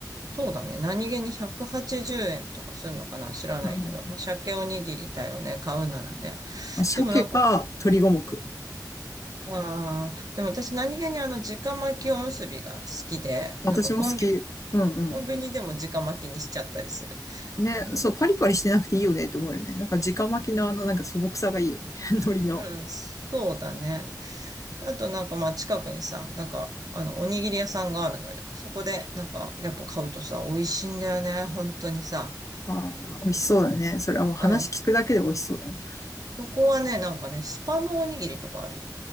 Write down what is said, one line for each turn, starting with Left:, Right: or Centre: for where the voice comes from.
Right: そうだね。何気に180円とかするのかな知らないけど。
Left: うん。
Right: まあ、鮭おにぎりだよね。買うならね。
Left: まあ、鮭か鶏五目。
Right: でもなんか、うんああ、でも私何気にあの、直巻きおむすびが好きで、
Left: 私も好き。
Right: なんかコンビ、
Left: うんうん。
Right: コンビニでも直巻きにしちゃったりする。
Left: ね、
Right: うん、
Left: そう、
Right: で
Left: パリパリしてなくていいよねと思うよね。なんか直巻きのあのなんか素朴さがいいよね。<laughs> 海苔の。
Right: うんそうだね。あとなんかまあ近くにさ、なんかあのおにぎり屋さんがあるのよ。そこでなんかやっぱ買うとさ、美味しいんだよね、本当にさ。
Left: ああ、美味しそうだね。それはもう話聞くだけで美味しそうだもん。
Right: うん。そこはね、なんかね、スパムおにぎりとかあるよ。